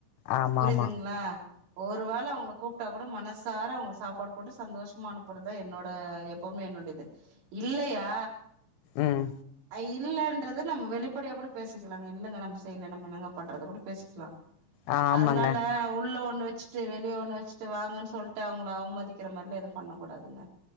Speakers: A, on the left; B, on the right.
A: ஆமா
B: புரியுதுங்களா
A: ஆமா
B: ஒரு வேல அவுங்கல கூப் கூப்புட்டா கூட மனசார அவுங்க சாப்பாடு போட்டு சந்தோஷமா அனுப்பறதுதா என்னோட எப்பவுமே என்னுடையது இல்லையா
A: உம்
B: அ இல்லன்றது நம்ம வெளிப்படயா கூட பேசிக்லாங்க இல்லங்க நம்ம செய்ல நம்ம என்னங்க பண்றத கூட பேசிக்லா
A: ஆ ஆமாங்க
B: அதனால உள்ள ஒ ஒண்ணு வச்சிட்டு வெளிய ஒண்ணு வச்சுட்டு வாங்கன் சொல்ட்டு அவுங்ள அவ்மதிக்கிர மார்லா எது பண்ணகுடாதுங்க